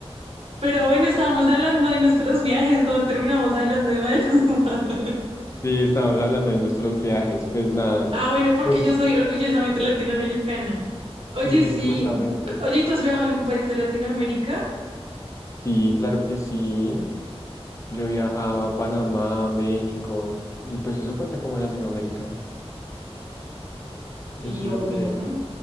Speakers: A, on the right; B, on the left.
A: pero bueno, estábamos hablando de nuestros viajes, como terminamos hablando de Maluma. <laughs>
B: Sí, estamos hablando de nuestros viajes. Pues nada.
A: Ah, bueno, porque
B: Pues
A: yo soy orgullosamente latinoamericana. Oye,
B: sí,
A: sí.
B: supuestamente.
A: Oye, ¿tú has viajado a algún país de Latinoamérica?
B: Sí, claro que sí. Yo viajaba a Panamá, a México. Y pues eso cuenta como Latinoamérica. Yo
A: Sí,
B: sí
A: obvio.
B: lo creo.